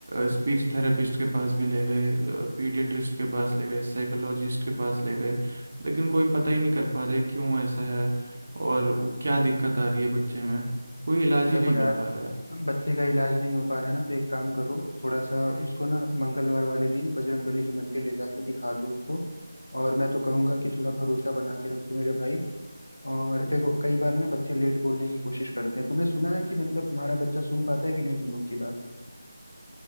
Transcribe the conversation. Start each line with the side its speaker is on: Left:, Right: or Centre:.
Right: स्पीच थेरेपिस्ट के पास भी ले गए पीडियाट्रिस्ट के पास ले गए साइकोलॉजिस्ट के पास ले गए लेकिन कोई पता ही नहीं कर पा रहे क्यों ऐसा है और वो क्या दिक्कत आ रही है बच्चे में कोई इलाज
Left: देखो
Right: ही नहीं
Left: यार
Right: मिल पा रहा है
Left: बच्चे का इलाज नहीं हो पा रहा है ना तो एक काम करो थोड़ा सा उसको ना मंगलवार वाले दिन बजरंगबली के मंदिर ले जाके दिखा दो उसको और मैं तो कहूंगा कि थोड़ा भरोसा बना के रखो मेरे भाई और देखो कई बार ना बच्चे लेट बोलने की कोशिश करते हैं तुमने सुना है कि मतलब तुम्हारा बच्चा सुन पाता है कि नहीं तुम लोग की बात